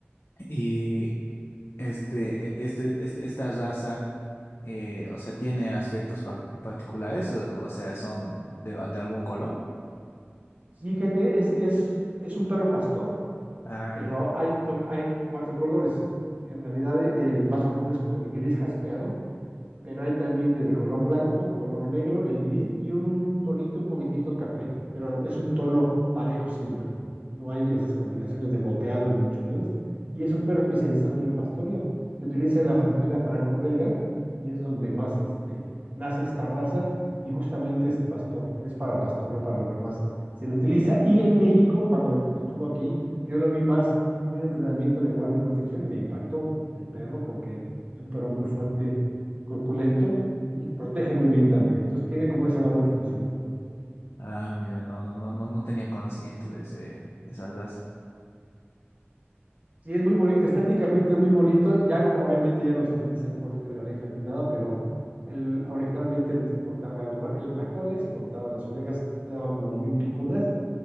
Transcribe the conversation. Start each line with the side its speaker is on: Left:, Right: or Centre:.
Left: y este, e- este, este- esta raza, eh, o sea, tiene aspectos pa- particulares, o, o sea, son de, de algún color.
Right: Fíjate, es, es, es un perro pastor,
Left: Ah,
Right: pero
Left: ya-
Right: hay, to- hay cuatro colores. En realidad, eh, el más común es como el gris jaspeado, pero hay también desde color blanco, color negro, el gris y un, un tonito un poquitito café, pero es un tono parejo siempre. No hay esas combinaciones de moteado ni mucho menos. Y es un perro especializado en el pastoreo. Se utiliza en la frontera franco-belga y es donde más este, nace esta raza y justamente es pastor, es para pastoreo, para lo que más se le utiliza. Y en México, cuando estuvo aquí, yo lo vi más en un entrenamiento de guardia y protección y me impactó el perro porque es un perro muy fuerte, corpulento y protege muy bien también. Entonces tiene como esa doble función.
Left: ah, mira, no, no, no, no, no tenía conocimiento de ese, de esa raza.
Right: Y es muy bonito, estéticamente es muy bonito. Ya no, obviamente ya no se utiliza el corte de orejas ni nada, pero el, originalmente se cortaba el ra- el- la cola y se cortaban las orejas, quedaban como muy picudas